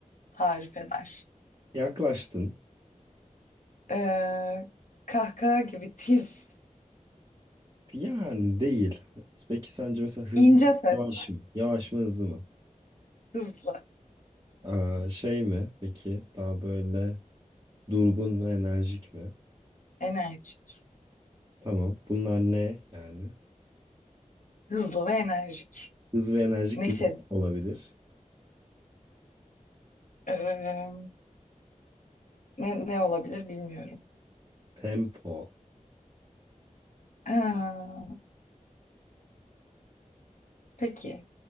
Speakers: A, on the left; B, on the right.
A: tarif eder.
B: Yaklaştın.
A: E, kahkaha gibi tiz,
B: Yani değil. Peki sence mesela hızlı
A: ince
B: mı,
A: sesler.
B: yavaş mı? Yavaş mı hızlı mı?
A: Hızlı,
B: Aa, şey mi peki? Daha böyle durgun ve enerjik mi?
A: enerjik.
B: Tamam. Bunlar ne yani?
A: Hızlı ve enerjik.
B: Hız ve enerjik
A: Neşeli.
B: ne olabilir?
A: Ee, ne, ne olabilir bilmiyorum.
B: Tempo.
A: Ha, peki.